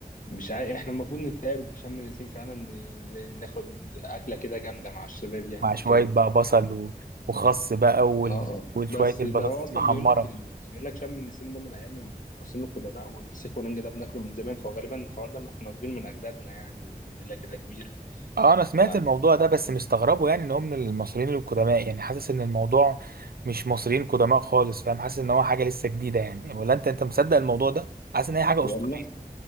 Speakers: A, on the left; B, on the right.
A: مش عارف احنا المفروض نتقابل في شم النسيم فعلا ن- ناخد اكلة كده جامدة مع الشباب يعني
B: مع
A: وكده
B: شويه بقى بصل و... وخس بقى وال...
A: اه
B: وشويه
A: بس
B: البطاطس
A: ده هو اصلا
B: المحمره
A: بيقول لك ال... بيقول لك شم النسيم ده من ايام المصريين القدماء والفسيخ والنجق ده بناكله من زمان فغالبا الحوار ده ما احنا واخدينه من اجدادنا يعني وليله كده كبيره
B: اه انا سمعت
A: ف
B: الموضوع ده بس مستغربه يعني ان هو من المصريين القدماء يعني حاسس ان الموضوع مش مصريين قدماء خالص فاهم حاسس ان هو حاجه لسه جديده يعني ولا انت انت مصدق الموضوع ده حاسس ان هي حاجه
A: والله
B: اسطوريه